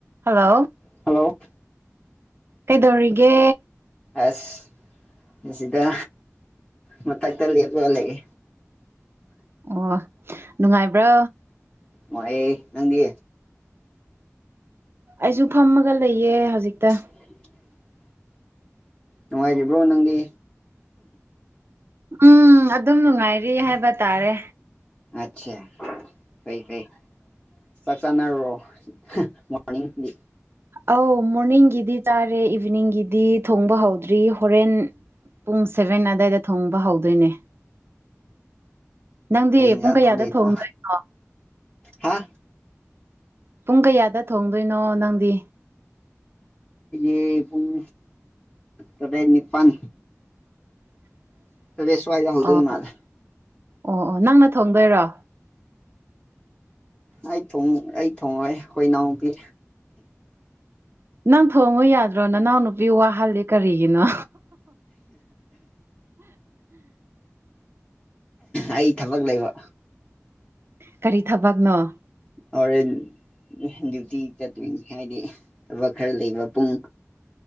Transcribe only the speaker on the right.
hello
ꯀꯩꯗꯧꯔꯤꯒꯦ꯫
ꯑꯣ ꯅꯨꯡꯉꯥꯏꯕ꯭ꯔꯣ꯫
ꯑꯩꯁꯨ ꯐꯝꯃꯒ ꯂꯩꯌꯦ ꯍꯧꯖꯤꯛꯇ꯫
ꯎꯝ ꯑꯗꯨꯝ ꯅꯨꯡꯉꯥꯏꯔꯤ ꯍꯥꯏꯕ ꯇꯥꯔꯦ
ꯑꯧ ꯃꯣꯔꯅꯤꯡꯒꯤꯗꯤ ꯆꯥꯔꯦ ꯏꯚꯤꯅꯤꯡꯒꯤꯗꯤ ꯊꯣꯡꯕ ꯍꯧꯗ꯭ꯔꯤ ꯍꯣꯔꯦꯟ꯫ ꯄꯨꯡ ꯁꯦꯚꯦꯟ ꯑꯋꯥꯏꯗ ꯊꯣꯡꯕ ꯍꯧꯗꯣꯏꯅꯦ꯫ ꯅꯪꯗꯤ
ꯄꯨꯡ ꯀꯌꯥꯗ
ꯊꯣꯡꯗꯣꯏꯅꯣ
ꯄꯨꯡ ꯀꯌꯥꯗ ꯊꯣꯡꯗꯣꯏꯅꯣ ꯅꯪꯗꯤ
<inaudible>
ꯑꯣ
ꯑꯣ ꯑꯣ ꯅꯪꯅ ꯊꯣꯡꯗꯣꯏꯔꯣ꯫
ꯅꯪ ꯊꯣꯡꯉꯨ ꯌꯥꯗ꯭ꯔꯣ ꯅ ꯅꯅꯥꯎ ꯅꯨꯄꯤ ꯋꯥꯍꯜꯂꯤ ꯀꯔꯤꯒꯤꯅꯣ
ꯀꯔꯤ ꯊꯕꯛꯅꯣ꯫